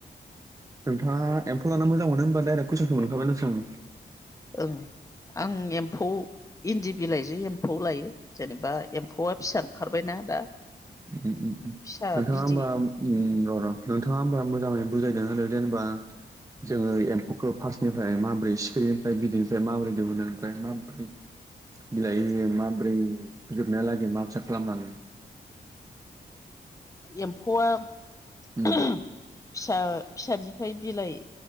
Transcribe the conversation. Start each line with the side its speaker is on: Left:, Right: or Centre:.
Right: नोंथाङा एम्फौ लानो मोजां मोनो होमबा डाइरेक्ट कुइसनखौ मोनखाबायनोसं
Left: ओं आं एम्फौ इन्दि बिलाइजों एम्फौ लायो जेनेबा एम्फौआ फिसा ओंखारबायना दा
Right: नोंथाङा
Left: फिसा बिदै
Right: होमबा उम र र नोंथाङा होमबा मोजाङै बुजायना होदों जेनेबा जोङो एम्फौखौ फार्स्टनिफ्राय माबोरै सिखिरिनिफ्राय बिदैनिफ्राय माबोरै दिहुो ओमफ्राय माबोरै बिलाइ होयो माब्रै जोबनायलागै माबायसा खालाम लाङो
Left: एम्फौआ
Right: उम
Left: फिसा फिसानि ओमफ्राय बिलाइ